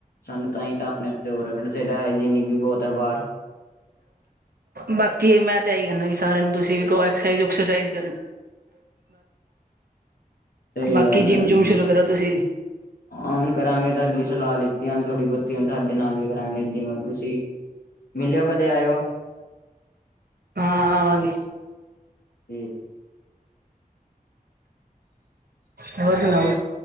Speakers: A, on the left; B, on the right.
A: ਸਾਨੂੰ ਤਾਂ ਹੀ ਤਾਂ ਆਪਣੇ ਉੱਤੇ ਹੋਰ ਰੱਖਣਾ ਚਾਹੀਦਾ ਹਾਈਜੀਨਿਕ ਵੀ ਬਹੁਤ ਹੈ ਬਾਹਰ
B: ਬਾਕੀ ਮੈਂ ਤੇ ਇਹੀ ਕਹਨਾ ਕਿ ਸਾਰਿਆਂ ਨੂੰ ਤੁਸੀਂ ਵੀ ਕਹੋ, ਐਕਸਕਸਰਸਾਈਜ਼ - ਉਕਸਰਸਾਈਜ਼ ਕਰਨ।
A: ਸਹੀ
B: ਬਾਕੀ
A: ਗੱਲ
B: ਜਿੰਮ
A: ਹੈ ਜੀ
B: - ਜੁਮ ਸ਼ੁਰੂ ਕਰੋ, ਤੁਸੀਂ ਵੀ।
A: ਹਾਂ, ਹੁਣ ਕਰਾਂਗੇ। ਤੁਹਾਡੀ ਸਲਾਹ ਲਿੱਤੀਆਂ ਥੋੜ੍ਹੀ - ਬਹੁਤੀ। ਤੁਹਾਡੇ ਨਾਲ ਵੀ ਕਰਾਂਗੇ, ਜਿਵੇਂ ਤੁਸੀਂ ਮਿਲਿਓ ਕਦੇ, ਆਇਓ।
B: ਹਾਂ, ਆਵਾਂਗੀ।
A: ਹੁੰ।
B: ਹੋਰ ਸੁਣਾਓ,